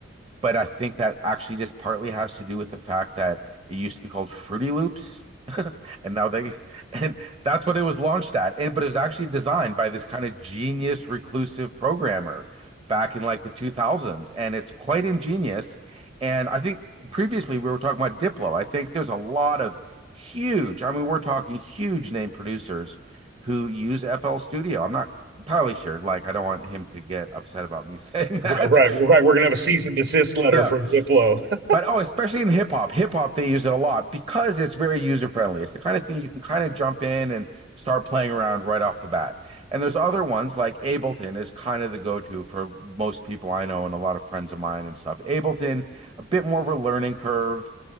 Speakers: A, on the right; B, on the right.
A: but I think that actually just partly has to do with the fact that it used to be called Fruity Loops. <laughs> and now they and that's what it was launched at. It, but it was actually designed by this kind of genius reclusive programmer back in like the 2000s and it's quite ingenious and I think previously we were talking about Diplo. I think there's a lot of huge, I mean, we're talking huge name producers who use FL Studio. I'm not entirely sure. Like, I don't want him to get upset about me saying that.
B: Right,
A: <laughs>
B: right. We're gonna have a cease and desist letter
A: Yeah,
B: from Diplo. <laughs>
A: but oh, especially in hip hop, hip hop, they use it a lot because it's very user friendly. It's the kind of thing you can kind of jump in and start playing around right off the bat. And there's other ones like Ableton is kind of the go-to for most people I know and a lot of friends of mine and stuff. Ableton, a bit more of a learning curve